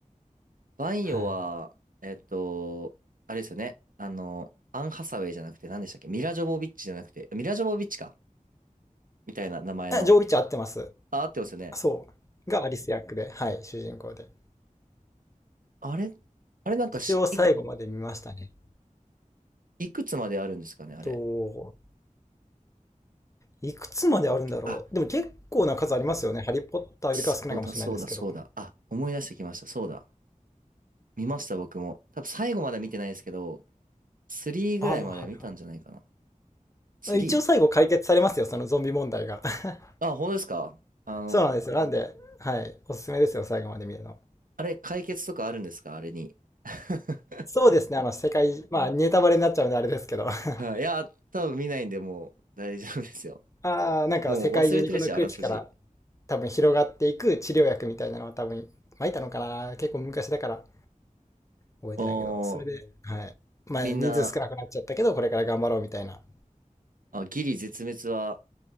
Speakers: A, on the right; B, on the left.
A: バイオは、
B: はい
A: えっと、あれですよね。あの、アン・ハサウェイじゃなくて、何でしたっけミラ・ジョボビッチじゃなくて、ミラ・ジョボビッチかみたいな名前の。
B: えジョー・ウィッチ合ってます
A: あ、合ってますよね。
B: そうがアリス役ではい主人公で
A: あれ、あれなんかし、
B: 一応最後まで見ましたね
A: いく、いくつまであるんですかね、あれ。
B: といくつまであるんだろう。
A: あ、
B: でも結構な数ありますよね。ハリー・ポッターよりかは少ないかもしれないですけど。
A: そうだ、そうだ、そうだ。あ、思い出してきました。そうだ。見ました、僕も。多分最後まで見てないですけど、3ぐらいまで見たんじゃないかな。
B: ああ、はい
A: 3?
B: はい。一応最後解決されますよ、そのゾンビ問題が。<laughs>
A: あ、本当ですかあの、
B: そうなんですよ。なんで、はい。おすすめですよ、最後まで見るの。
A: あれ、解決とかあるんですかあれに。<laughs>
B: そうですね、あの、世界、まあ、ネタバレになっちゃうんであれですけど。<laughs>
A: はい、いや、多分見ないんで、もう大丈夫ですよ。
B: ああ、なんか世界中にこの空気から
A: もう忘れてるし、あらすじ。
B: 多分広がっていく治療薬みたいなのを多分撒いたのかな。結構昔だから覚えてないけど。
A: もう、
B: それで、はい。まあ、
A: みんな、
B: 人数少なくなっちゃったけど、これから頑張ろうみたいな。
A: あ、ギリ絶滅は、